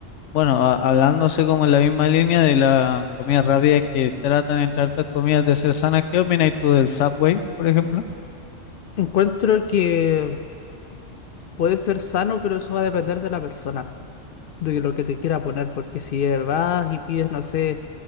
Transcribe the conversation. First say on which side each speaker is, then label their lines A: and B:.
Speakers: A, on the left (about 75°); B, on the left (about 60°).
A: Bueno, a- hablándose como en la misma línea de la comida rápida es que tratan entre hartas comidas de ser sanas, ¿qué opinas tú del Subway, por ejemplo?
B: Encuentro que puede ser sano, pero eso va a depender de la persona. de lo que te quiera poner, porque si eh, vas y pides, no sé,